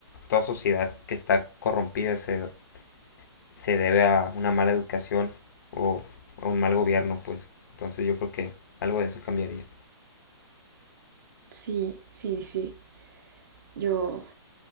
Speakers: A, on the left (about 45°); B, on the right (about 45°).
A: toda sociedad que está corrompida se, se debe a una mala educación o a un mal gobierno, pues. Entonces yo creo que algo de eso cambiaría.
B: sí, sí, sí. Yo